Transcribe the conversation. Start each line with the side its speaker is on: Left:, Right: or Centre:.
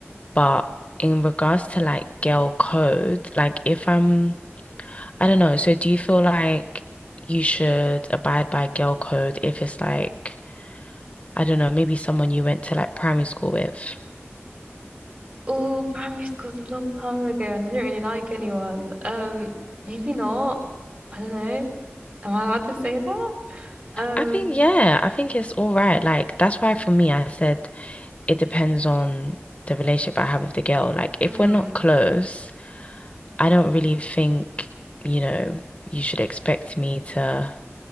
Left: But in regards to like girl code, like if I'm, I don't know. So do you feel like you should abide by girl code if it's like I don't know, maybe someone you went to like primary school with.
Right: Oh, primary school's a long time ago and I don't really like anyone. Um, maybe not. I don't know. Am I allowed to say that? Um,
Left: I think, yeah, I think it's all right. Like, that's why for me, I said it depends on the relationship I have with the girl. Like, if
Right: mm-hmm.
Left: we're not close, I don't really think, you know, you should expect me to